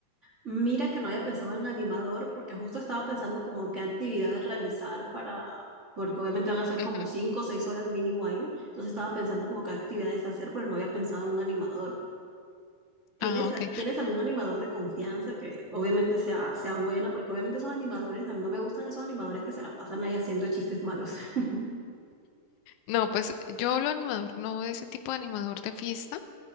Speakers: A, on the right; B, on the left.
A: Mira que no había pensado en animador porque justo estaba pensando como en qué actividades realizar para, porque obviamente van a ser
B: Ujú.
A: como cinco o seis horas mínimo ahí. Entonces estaba pensando como qué actividades hacer, pero no había pensado en un animador. ¿Tienes,
B: Ah, ok.
A: tienes algún animador de confianza que obviamente sea, sea bueno? Porque obviamente esos animadores, a mí no me gustan esos animadores que se la pasan ahí haciendo chistes malos. <laughs>
B: No, pues yo hablo animador, no de ese tipo de animador de fiesta,